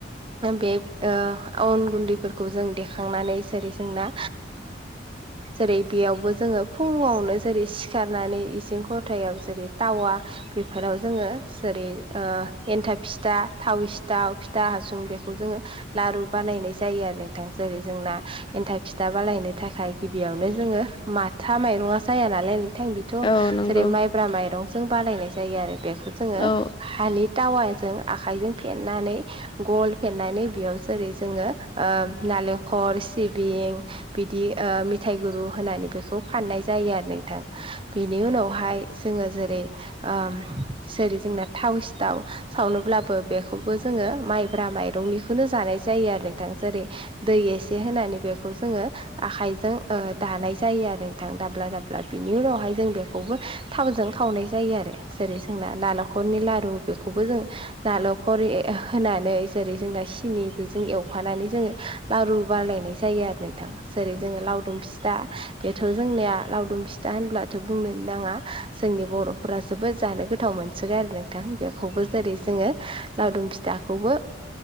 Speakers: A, on the right; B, on the left.
A: बे अन गुन्दैफोरखौ जों देखांनानै जेरै जोंना जेरै बेयावबो जोङो फुङावनो जेरै सिखारनानै इसिं खथायाव जेरै टावा बेफोराव जोङो जेरै ओ एन्थाब फिथा थाव सिथाव फिथा हासुं बेखौ जोङो लारु बानायनाय जायो आरो नोंथां जेरै जोंना एन्थाब फिथा बानायनो थाखाय गिबियावनो जोङो माथा माइरङा जाया नालाय नों थां बेथ'
B: औ नंगौ नोंथां
A: जेरै माइब्रा माइरंजों बानायनाय जायो आरो बेखौ जोङो
B: औ
A: हानि टावाजों आखाइजों फेेननानै गल फेननानै बेयाव जेरै जोङो ओ नालेंखर, सिबिं बिदि ओ मिथाइ गुरु होनानै बेखौ फाननाय जायो आरो नों थां बेनि उनावहाय जोङो जेरै ओम जेरै जोंना थावसि थाव सावनोब्लाबो बेखौबो जोङो माइब्रा माइरंनिखौनो जानाय जायो आरो नोंथां जेरै दै एसे होनानै बेखौ जोङो आखाइजों दानाय जायो आरो नोंथां दाब्ला दाब्ला बिनि उनावहाय जों बे खौबो थावजों खावनाय जायो आरो जेरै जोंना नारेंखरनि लारु बेखौबो जों नालखर होनानै जेरै जोंना सिनि बेजों एवफानानै जोङो लारु बालायनाय जायो आरो नोंथां जेरै जोङो लावदुम फिथा बेथ' जोंनिया लावदुम फिथा होनब्लाथ' बुंनोनो नाङा जोंनि बर'फोरा जोबोद जानो गो थाव मोनसोगारो नोंथां बेखौबो जेरै जोङो लावदुम फिथाखौबो